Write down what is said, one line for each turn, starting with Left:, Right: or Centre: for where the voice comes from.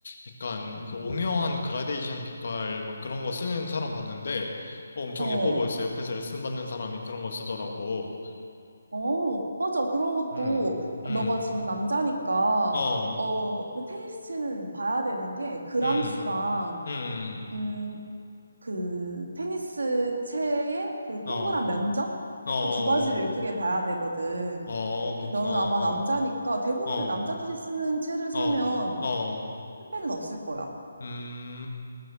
Left: 약간
Right: 음.
Left: 그 오묘한 그라데이션 빛깔 막 그런 거 쓰는 사람 봤는데, 어, 엄청
Right: 어,
Left: 예뻐 보였어. 옆에서 레슨 받는 사람이 그런 걸 쓰더라고.
Right: 어, 맞아. 그런 것도
Left: 음, 음,
Right: 너가 지금 남자니까,
Left: 어,
Right: 어, 그 테니스 채는 봐야 되는 게 그람수랑,
Left: 음, 음,
Right: 음, 그 테니스 채의 그
Left: 음,
Right: 동그란
Left: 어,
Right: 면적?
Left: 어, 어,
Right: 그 두 가지를 크게 봐야 되거든.
Left: 어, 어, 그렇구나.
Right: 근데 너는
Left: 어,
Right: 아마 남자니까 대부분의
Left: 어,
Right: 남자들이 쓰는 채를 사면
Left: 어. 어,
Right: 실패는 없을 거야.
Left: 음,